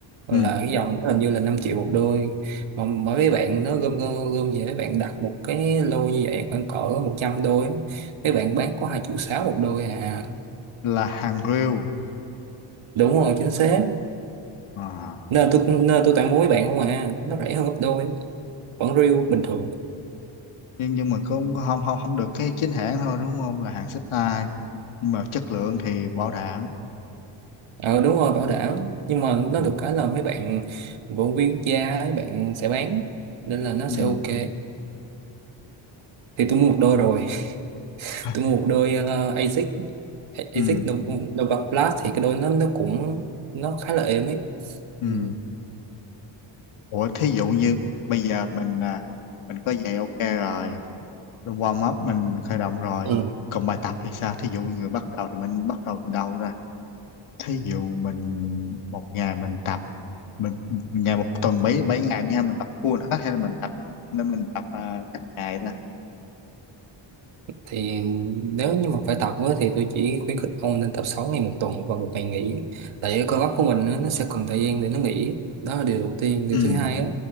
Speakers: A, on the right (about 75°); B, on the left (about 80°).
A: là
B: ừ.
A: cái dòng đó hình như là 5 triệu một đôi mà mỗi mấy bạn nó gom gom gom về mấy bạn đặt một cái lô như vậy khoảng cỡ 100 đôi á. mấy bạn bán có hai triệu sáu một đôi à
B: là hàng real
A: đúng rồi chính xác
B: à.
A: nên tôi nên tôi tặng mua mấy bạn không à nó rẻ hơn gấp đôi vẫn riêu bình thường
B: nhưng nhưng mà không không không không được cái chính hãng thôi đúng không là hàng xách tay nhưng mà chất lượng thì bảo đảm
A: ờ đúng rồi bảo đảm nhưng mà nó
B: ừ.
A: được cái là mấy bạn vận viên quốc gia ấy, bạn sẽ bán nên là nó
B: Ừ.
A: sẽ ok thì tôi mua một đôi rồi <laughs>
B: <laughs>
A: tôi mua một đôi uh, ASIC ASIC
B: Ừ.
A: Nova Nova Plus thì cái đôi nó nó cũng nó khá là êm ấy
B: Ừ.
A: ừ.
B: Ủa thí dụ như bây giờ mình à, mình có giày ok rồi rồi warm up mình khởi động rồi
A: Ừ.
B: còn bài tập thì sao thí dụ người bắt đầu thì mình bắt đầu từ đâu ra thí dụ mình một ngày mình tập mình ngày một tuần bảy bảy ngày nha mình tập full hết hay là mình tập nên mình tập à, cách ngày ta
A: thì nếu như mà phải tập á, thì tôi chỉ khuyến khích ông nên tập 6 ngày một tuần và một ngày nghỉ tại cái cơ bắp của mình á, nó sẽ cần thời gian để nó nghỉ đó là điều đầu tiên điều
B: ừ
A: thứ hai á